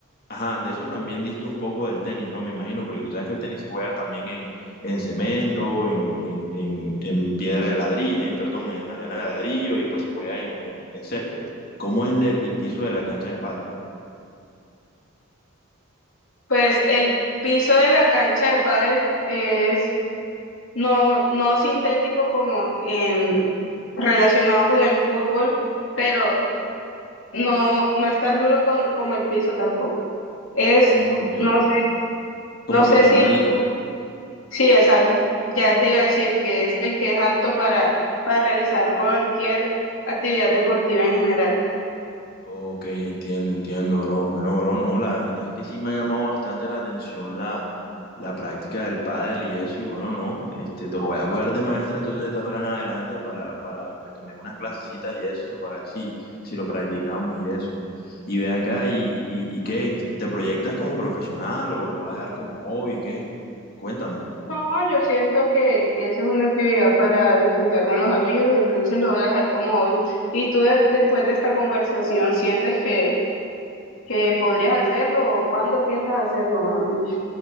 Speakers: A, on the left (about 45°); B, on the left (about 75°).
A: ajá, de eso también diste un poco del tenis, ¿no? Me imagino, porque tú sabes que el tenis se juega también en, en cemento, en, en, en, en piedra de ladrillo, en, perdón, en arena de ladrillo y pues se juega en, en en césped. ¿Cómo es el, el piso de la cancha de pádel?
B: Pues el piso de la cancha de pádel es no, no sintético como en, relacionado con el fútbol, pero no, no es tan duro con, como el piso tampoco. Es,
A: No, ok.
B: no sé,
A: Como
B: no
A: acolchonadito.
B: sé si tú, sí, exacto, ya te iba
A: Ok.
B: a decir que es el que es apto para, para realizar cualquier actividad deportiva en general.
A: Ok, entiendo, entiendo, bro. Bueno, bro, no, la verdad es que sí me ha llamado bastante la atención la, la práctica del pádel y eso, y bueno, no, este, te voy a coger de maestra entonces de ahora en adelante para, para pues, que me dé unas clasecitas y eso, para ver si, si lo practicamos y eso. Y ve acá, y, y, y qué, ¿te proyectas como profesional o lo vas a dar como hobby, qué? Cuéntame.
B: No, yo siento que, que eso es una actividad para disfrutar con los amigos, entonces lo voy a dejar como hobby. ¿Y tú de- después de esta conversación sientes que, que podrías hacerlo o cuándo piensas hacerlo, mejor dicho.